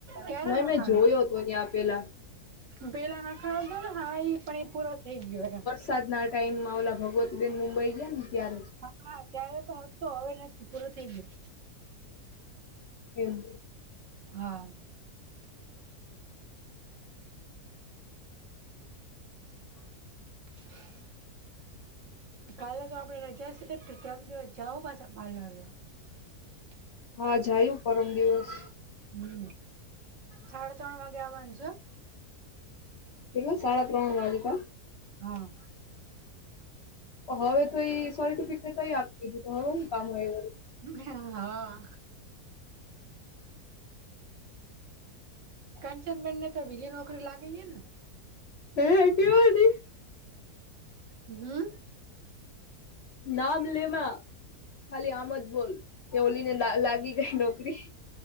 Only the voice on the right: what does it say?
ક્યારે
નખાણો
પેલા નાખાણો તો ને હા એ પણ એ પૂરો થઈ ગયો એમ.
હા ત્યારે તો તો હવે નથી પૂરો થઈ ગયો.
હા, <unintelligible> <inaudible> કાલે તો આપડે રજા છે, ત્રણ દિવસ જવું પાછા પાલૅરમાં <unintelligible> <inaudible>
હું સાડા ત્રણ વાગે આવવાની સુ
હા,
હા. કંચનબેન ને તો બીજી નોકરી લાગી ગઈ ને
હમ...